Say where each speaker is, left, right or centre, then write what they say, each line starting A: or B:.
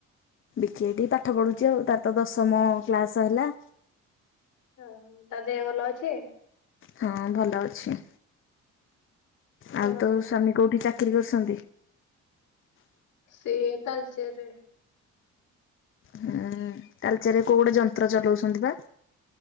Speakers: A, on the left (about 45°); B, on the left (about 80°).
A: ବିକି ଏଇଠି ପାଠ ପଢୁଛି ଆଉ ତ ତ ଦଶମ କ୍ଲାସ ସରିଲା।
B: ହଁ ତା ଦେହ ଭଲ ଅଛି?
A: ହଁ ଭଲ ଅଛି।
B: ହଁ
A: ଆଉ ତୋ ସ୍ଵାମୀ କୋଉଠି ଚାକିରି କରୁଛନ୍ତି?
B: ସେଇ ତାଳଚେରେ।
A: ହଁ। ତାଳଚେରରେ କୋଉ ଗୋଟେ ଯନ୍ତ୍ର ଚଲାଉଛନ୍ତି ବା।